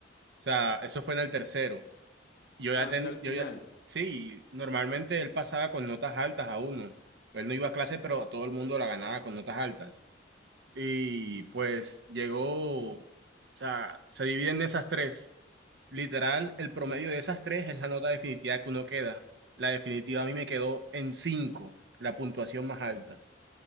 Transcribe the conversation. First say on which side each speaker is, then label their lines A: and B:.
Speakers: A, on the right; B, on the left.
A: O sea, eso fue en el tercero. Yo ya
B: Ah,
A: tenía,
B: ya al final.
A: yo ya, sí, normalmente él pasaba con notas altas a uno. Él no iba a clase, pero todo el mundo la ganaba con notas altas. Y pues llegó, o sea, se dividen esas tres. Literal, el promedio de esas tres es la nota definitiva que uno queda. La definitiva a mí me quedó en cinco, la puntuación más alta.